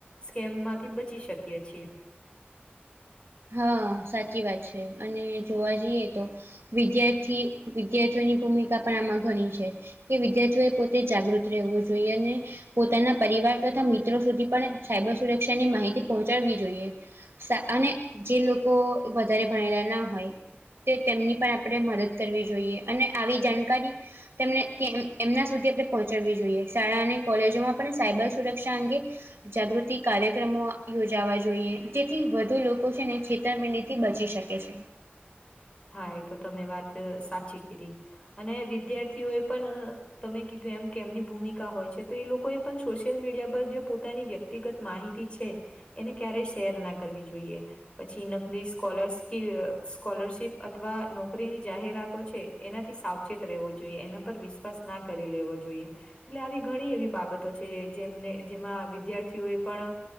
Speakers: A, on the left; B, on the right.
A: સ્કેમમાંથી બચી શકીએ છીએ.
B: હા સાચી વાત છે અને જોવા જઈએ તો વિદ્યાર્થી વિદ્યાર્થીઓની ભૂમિકા પણ આમાં ઘણી છે. કે વિદ્યાર્થીઓ એ પોતે જાગૃત રહેવું જોઈએ અને પોતાના પરિવાર તથા મિત્રો સુધી પણ સાયબર સુરક્ષા ની માહિતી પહોંચાડવી જોઈએ. અને જે લોકો વધારે ભણેલા ના હોય, તે તેમની પણ આપણે મદદ કરવી જોઈએ અને આવી જાણકારી તેમને એમના સુધી આપણે પહોંચાડવી જોઈએ શાળા અને કોલેજોમાં પણ સાયબર સુરક્ષા અંગે જાગૃતિ કાર્યક્રમો યોજાવા જોઈએ જેથી વધુ લોકો લોકો છે ને છેતરમેડી થી બચી શકે છે.
A: હા એ તો તમે વાત સાચી કીધી અને વિદ્યાર્થીઓ એ પણ તમે કીધું એમ કેમની ભૂમિકા હોય છે તો એ લોકો એ પણ સોશિયલ મીડિયા પર જે પોતાની વ્યક્તિ વ્યક્તિગત માહિતી છે. એને ક્યારેય શેર ના કરવી જોઈએ પછી નકની સ્કોલ સ્કોલરશીપ અથવા નોકરીની જાહેરાતો છે એનાથી સાવચેત રહેવો જોઈએ એના પર વિશ્વાસ ના કરી લેવો જોઈએ. એટલે આવી ઘણી એવી બાબતો છે જેમને જેમાં વિદ્યાર્થીઓ એ પણ